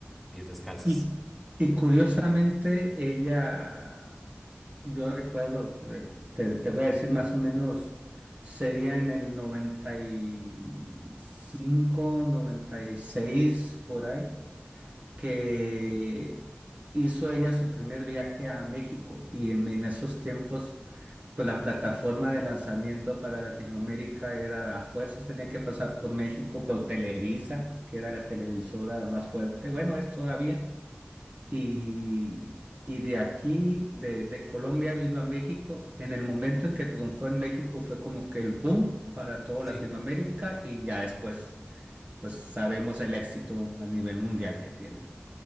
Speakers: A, in the centre; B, on the right (about 40°).
A: Pies descalzos
B: Y, y curiosamente, ella, yo recuerdo, eh, te, te voy a decir más o menos, sería en el noventa noventa y cinco noventa y seis por ahí. que hizo ella su primer viaje a México y en, en esos tiempos, pues la plataforma de lanzamiento para Latinoamérica era a fuerzas, tenía que pasar por México, por Televisa, que era la televisora más fuerte, bueno, es todavía, y, y de aquí, de, de Colombia vino a México, en el momento en que triunfó en México fue como que el boom para toda
A: Sí,
B: Latinoamérica y ya después, pues sabemos el éxito a nivel mundial que tienen.